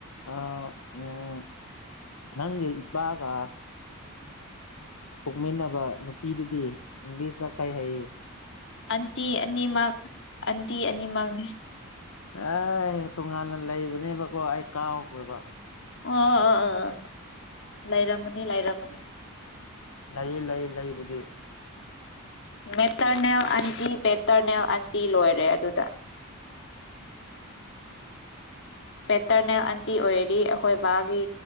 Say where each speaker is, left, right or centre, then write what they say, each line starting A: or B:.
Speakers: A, on the left; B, on the left.
A: ꯑ ꯎꯝ ꯅꯪꯒ ꯏꯄꯥꯒ ꯄꯣꯛꯃꯤꯟꯅꯕ ꯅꯨꯄꯤꯗꯨꯗꯤ ꯏꯪꯂꯤꯁꯇ ꯀꯔꯤ ꯍꯥꯏꯌꯦ
B: ꯑꯟꯇꯤ ꯑꯅꯤꯃꯛ ꯑꯟꯇꯤ ꯑꯅꯤꯃꯛꯅꯦ
A: ꯑꯥꯢ ꯇꯣꯉꯥꯟꯅ ꯂꯩꯕꯅꯦꯕꯀꯣ ꯑꯩ ꯀꯥꯎꯈ꯭ꯔꯦꯕ
B: ꯑꯣ ꯂꯩꯔꯝꯃꯅꯤ ꯂꯩꯔꯝꯃꯅꯤ
A: ꯂꯩꯌꯦ ꯂꯩꯌꯦ ꯂꯩꯕꯨꯗꯤ
B: ꯃꯦꯇꯔꯅꯦꯜ ꯑꯟꯇꯤ ꯄꯦꯇꯔꯅꯦꯜ ꯑꯟꯇꯤ ꯂꯣꯏꯔꯦ ꯑꯗꯨꯗ ꯄꯦꯇꯔꯅꯦꯜ ꯑꯟꯇꯤ ꯑꯣꯏꯔꯗꯤ ꯑꯩꯈꯣꯏ ꯕꯥꯒꯤ